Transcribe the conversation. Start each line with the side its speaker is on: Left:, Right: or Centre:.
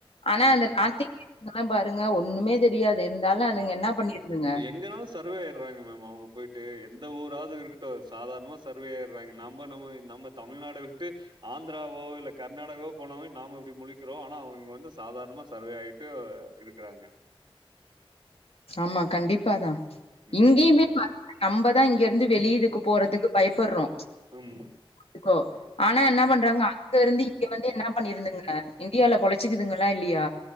Left: ஆனா
Right: ம்
Left: அந்த
Right: ம்
Left: நார்த் இந்தியன்குலா பாருங்க ஒண்ணுமே தெரியாது இருந்தாலு அதுங்க என்ன பண்ணிருதுங்க
Right: எங்கனாலு சர்வே ஆய்றாங்க மேம் அவுங்க போய்ட்டு எந்த ஊராது இருக்கட்டு சாதார்ணமா சர்வே ஆய்றாங்க நம்மோ நம்ம நம்ப தமிழ்நாட விட்டு ஆந்தராவோ இல்ல கர்நாடகாவோ போனாவே நாம இப்டி முழிக்கிறோ ஆனா அவுனுங் வந்து சா தார்ணமா சர்வே ஆய்ட்டு இருக்கறாங்க
Left: ஆமா கண்டிப்பாதா
Right: ம்
Left: இங்கேயிமே
Right: ஆமா
Left: நம்பதா இங்க இருந்து வெளி இதுக்கு போறதுக்கு பயப்புற்றோ
Right: ம்
Left: க்கோ ஆனா என்ன
Right: ஆமா
Left: பண்றாங்க அங்க இருந்து இங்க வந்து என்னா பண்ணிருந்துங்க இந்தியால பொழச்சுக்குதுங்களா இல்லியா